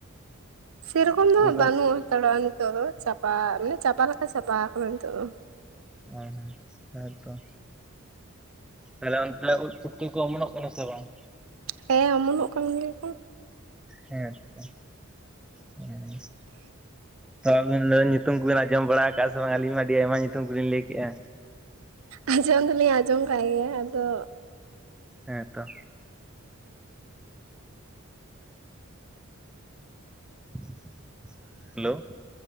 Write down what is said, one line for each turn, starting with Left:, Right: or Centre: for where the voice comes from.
Right: ᱥᱮ ᱨᱚᱠᱚᱢ ᱫᱚ
Centre: ᱚᱱᱠᱟᱱ
Right: ᱦᱟᱸᱜ ᱵᱟᱹᱱᱩᱜ ᱦᱟᱛᱟᱲᱚᱜᱼᱟ ᱱᱤᱛᱳᱜ ᱫᱚ ᱪᱟᱵᱟ ᱢᱟᱱᱮ ᱪᱟᱵᱟ ᱞᱮᱠᱟ ᱪᱟᱵᱟ ᱟᱠᱟᱱᱟ ᱱᱤᱛᱚᱜ ᱫᱚ
Centre: ᱦᱮᱸ-ᱦᱮᱸ, ᱦᱮᱸᱛᱚ ᱛᱟᱦᱞᱮ ᱚᱱᱛᱮ ᱩᱫ ᱯᱩᱴᱠᱟᱹ ᱠᱚ ᱚᱢᱚᱱᱚᱜ ᱠᱚᱱᱟ ᱥᱮ ᱵᱟᱝ
Right: ᱦᱮᱸ ᱚᱢᱚᱱᱚᱜ ᱠᱟᱱ ᱜᱮᱭᱟ ᱠᱚ
Centre: ᱦᱮᱸᱛᱚ <unintelligible> ᱛᱚ ᱟᱵᱤᱱ ᱫᱚ ᱧᱩᱛ... ᱛᱩᱢ ᱠᱚ ᱵᱤᱱ ᱟᱸᱡᱚᱢ ᱵᱟᱲᱟ ᱟᱠᱟᱜ-ᱟ ᱥᱮ ᱵᱟᱝ ᱟᱹᱞᱤᱧ ᱢᱟ ᱟᱹᱰᱤ ᱟᱭᱢᱟ ᱧᱩᱛᱩᱢ ᱠᱚᱞᱤᱧ ᱞᱟᱹᱭ ᱠᱮᱜᱼᱟ
Right: ᱟᱸᱡᱚᱢ ᱫᱚᱞᱤᱧ ᱟᱸᱡᱚᱢ ᱟᱠᱟᱜ ᱜᱮᱭᱟ ᱟᱫᱚ
Centre: ᱦᱮᱸ ᱛᱚ, <inaudible> ᱦᱮᱞᱳ!